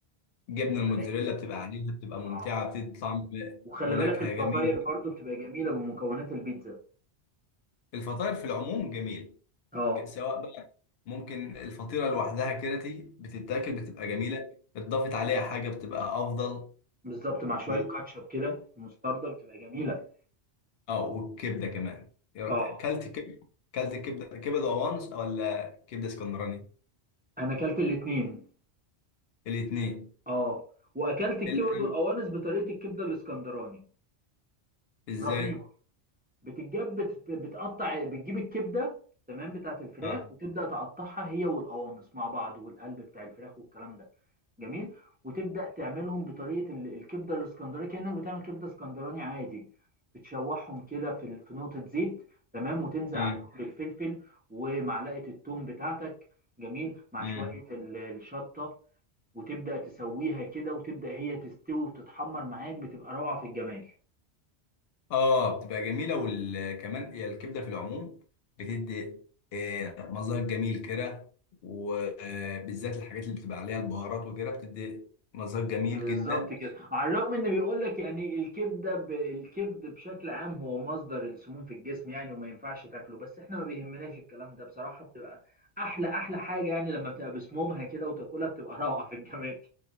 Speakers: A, on the left; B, on the right.
A: جبنه الموتزاريلا
B: ولكن
A: بتبقى عليها بتبقى ممتعه
B: اه
A: بتدي طعم
B: وخلي
A: ونكهه
B: بالك الفطاير
A: جميل
B: برضو بتبقى جميله بمكونات البيتزا
A: الفطاير في العموم جميل
B: اه
A: ك- سواء بقى ممكن الفطيره لوحدها كرتي بتتاكل بتبقى جميله اتضافت عليها حاجه بتبقى افضل
B: بالظبط مع شويه
A: و...
B: كاتشب كده مستردة بتبقى جميله
A: اه والكبده كمان يا-
B: اه
A: كلت كبده كلت كبده كبده وانس ولا كبده اسكندراني
B: انا اكلت الاتنين
A: الاثنين
B: اه واكلت الكبد
A: الام
B: والقوانص بطريقه الكبده الاسكندراني
A: ازاي
B: رهيبه بتتجاب بتت- بتقطع بتجيب الكبده تمام بتاعت الفراخ
A: اه
B: وتبدا تقطعها هي والقوانص مع بعض والقلب بتاع الفراخ والكلام ده جميل وتبدا تعملهم بطريقه ال- الكبده الاسكندراني كانك بتعمل كبده اسكندراني عادي بتشوحهم كده في ال- في نقطه زيت تمام وتنزل
A: امم
B: عليهم بالفلفل ومعلقه الثوم بتاعتك جميل مع
A: إمم.
B: شويه ال- الشطه وتبدا تسويها كده وتبدا هي تستوي وتتحمر معاك بتبقى روعه في الجمال
A: اه بتبقى جميله وكمان هي الكبده في العموم بتدي آه، مذاق جميل كده وبالذات الحاجات اللي بتبقى عليها البهارات وكده بتدي مذاق جميل
B: بالظبط
A: جدا
B: كده على الرغم ان بيقول لك يعني الكبده ب... الكبد بشكل عام هو مصدر السموم في الجسم يعني وما ينفعش تاكله بس احنا ما بيهمناش الكلام ده بصراحه بتبقى احلى احلى حاجه يعني لما بتبقى بسمومها كده وتاكلها بتبقى <laughs> روعه في الجمال